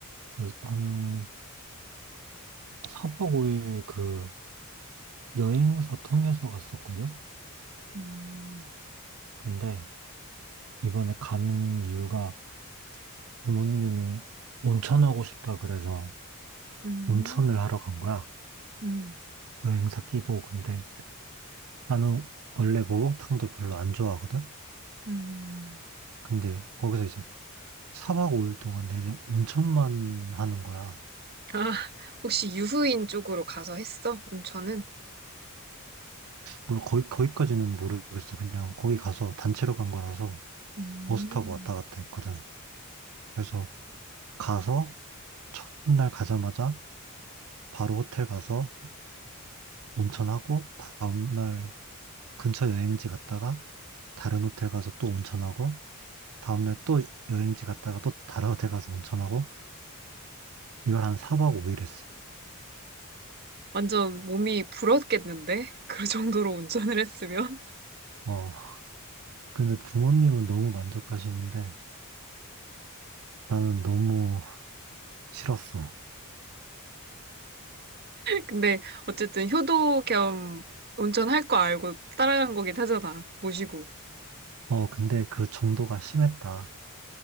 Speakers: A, on the right; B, on the right.
A: 그래서 한, 4박 5일 그, 여행사 통해서 갔었거든?
B: 음,
A: 근데, 이번에 가는 이유가 부모님이 온천하고 싶다 그래서
B: 음,
A: 온천을 하러 간 거야.
B: 음,
A: 여행사 끼고. 근데, 나는 원래 목욕탕도 별로 안 좋아하거든?
B: 음.
A: 근데 거기서 이제 4박 5일 동안 내내 온천만 하는 거야.
B: 아, 혹시 유후인 쪽으로 가서 했어? 온천은?
A: 물론 거기, 거기까지는 모르겠어. 그냥 거기 가서 단체로 간 거라서
B: 음,
A: 버스 타고 왔다 갔다 했거든. 그래서 가서 첫날 가자마자 바로 호텔 가서 온천하고 다음날 근처 여행지 갔다가 다른 호텔 가서 또 온천하고 다음날 또 여행지 갔다가 또 다른 호텔 가서 온천하고 이걸 한 4박 5일 했어.
B: 완전 몸이 불었겠는데? 그 <laughs> 정도로 운전을 했으면?
A: 어, 근데 부모님은 너무 만족하시는데 나는 너무 싫었어.
B: 근데 어쨌든 효도 겸 운전할 거 알고 따라간 거긴 하잖아. 모시고.
A: 어, 근데 그 정도가 심했다.